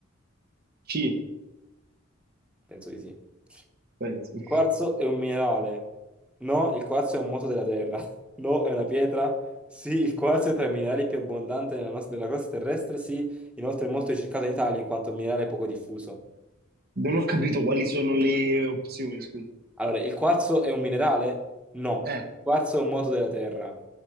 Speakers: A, on the right; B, in the centre.
A: C,
B: Penso di sì. Il
A: penso.
B: quarzo è un minerale. No, il quarzo è un moto della Terra. <laughs> No, è una pietra. Sì, il quarzo è tra i minerali più abbondanti della, nos- della crosta terrestre. Sì, inoltre è molto ricercato in Italia in quanto un minerale poco diffuso.
A: Non ho capito quali sono le opzioni, scusa.
B: Allora, il quarzo è un minerale? No.
A: Eh,
B: Il quarzo è un moto della Terra.